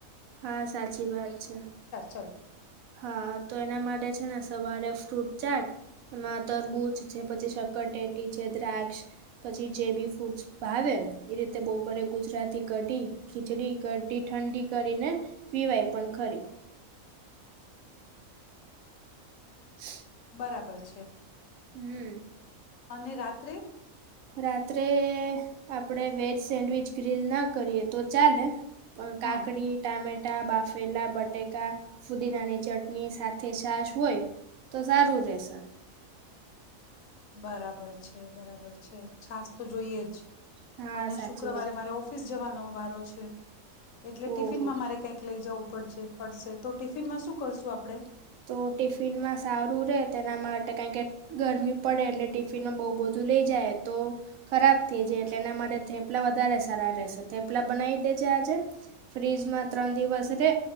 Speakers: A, on the right (about 80°); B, on the left (about 75°).
A: હા સાચી વાત છે,
B: ચાલ
A: હા તો એના માટે છે, ને સવારે ફ્રૂટ ચાટ એમાં તરબૂજ છે, પછી શકટી છે, દ્રાક્ષ પછી જે બી ફૂડ ભાવે એ રીતે બપોરે ગુજરાતી કઢી ખીચડી કઢી થડી. કરીને પીવાઈ પણ ખરી. <inaudible>
B: બરાબર છે.
A: હમ.
B: અને રાત્રે.
A: રાત્રે આપડે વેજ સેન્ડવીચ ગ્રીલ ના કરીએ તો ચાલે. પણ કાકડી
B: હા
A: ટામે ટા, બાફેલા બટેકા, ફુદીનાની ચટણી, સાથ છાશ હોય તો સારું રેશે.
B: બરાબર છે બરાબર છે, છાસ તો જોઈએે જ.
A: હા
B: અને
A: સાચી
B: શુક્રવારે
A: વાત
B: મારે ઓફિસ જવાનો વારો છે, એટલે ટિફિનમાં
A: ઓહો
B: મારે કઈક લઇ જવું પડજે પડશે. તો ટિફિનમાં શું કરશું આપડે?
A: તો ટિફિનમાં સારું રહે <unintelligible> કે ગરમી પડે એટલે ટિફિન બહુ બધું લઇ જાય તો ખરાબ થઈ જાય. તેના માટે થેપલા વધારે સારા રહેશે, થેપલા બનાવી દેજે આજ. <inaudible> ફ્રીજમાં ત્રણ દિવસ રે